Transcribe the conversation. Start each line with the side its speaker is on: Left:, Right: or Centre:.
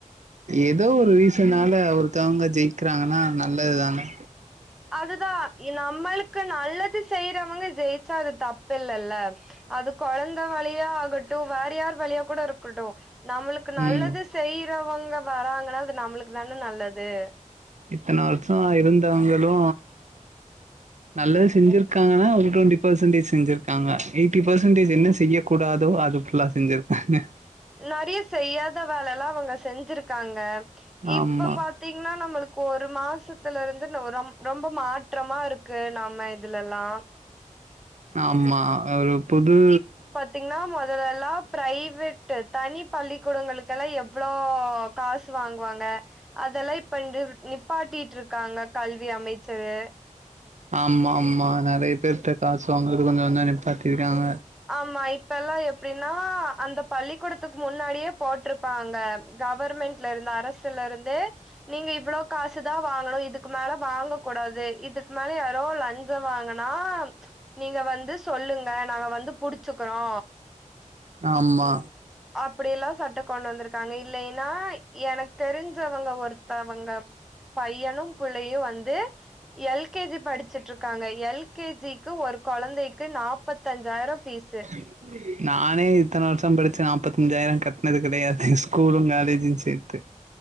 Right: எதோ ஒரு ரீசன்னால ஒருத்தவங்க ஜெயிக்கிறாங்கன்னா நல்லதுதானே
Centre: அதுதா இ நம்மளுக் க்கு நல்லது செய்றவங்க ஜெயிச்சா அது தப்பில்லல்ல அது கொழந்த வழியா ஆகட்டு வேற யார் வழியா கூட இருக்கட்டு நம்மளுக்கு நல்லது
Right: ம்
Centre: செய்யறவங்க வராங்கனா அது நம்மளுக்கு தான நல்லது
Right: இத்தன வர்ஷோ இருந்தவங்களு நல்லது செஞ்சிருக்காங்கன்னா ஒரு டொண்டி பேசன்டேஜ் செஞ்சிருக்காங்க எயிட்டி பேசன்டேஜ் என்ன செய்ய கூடாதோ அது ஃபுல்லா செஞ்சிருக்காங்க
Centre: நெறிய செய்யாத வேலல்லா அவுங்க செஞ்சிருக்காங்க இப்ப
Right: ஆமா
Centre: பா பாத்தீங்ன்னா நம்மளுக்கு ஒரு மாசத்துல இருந்து ந ஒரு ரொ ரொம்ப மாற்றமா இருக்கு நாம இதுலெல்லா
Right: ஆமா அ ஒரு புது
Centre: பாத்தீங்ன்னா மொதல எல்லா ப்ரைவேட்டு தனி பள்ளிக்கூடங்களுக்கெல்லா எவ்வளோ காசு வாங்குவாங்க அதெல்லா இப்ப நிப்பாட்டிட்ருக்காங்க கல்வி அமை ச்சரு
Right: ஆமா ஆமா நெறைய பேர்ட காசு வாங்கறத கொஞ்சொ கொஞ்சொ நிப்பாட்டிருக்காங்க
Centre: ஆமா இப்பெல்லா எப்டினா அந்த பள்ளிக்கூடத்துக் முன்னாடியே போட்ருப் பாங்க கவர்மெண்ட்ல இருந்த அரசுல இருந்தே நீங்க இவ்வளோ காசு தா வாங்கணு இதுக்கு மேல வாங்க கூடாது இதுக்கு மேல யாரோ லஞ் ச வாங்கனா நீங்க வந்து சொல்லுங்க நாங்க வந்து புடிச்சுக்கறோ
Right: ஆமா
Centre: அப்டி எல்லா சட்டோ கொண்டு வந்திருக்காங்க இல்லையினா எனக் தெரிஞ்சவங்க ஒருத்தவங்க பையனு புள்ளையு வந்து எல்கேஜி படிச்சுட்ருக்காங்க எல்கேஜிக்கு ஒரு கொழந்தைக்கு நாப்பத்தஞ்சாயிர ஃபீஸு
Right: உம் நானே இத்தன வருஷம் படிச்ச நாப்பத்தஞ்சாயிர கட்னது கெடையாது ஸ்கூலு காலேஜு சேத்து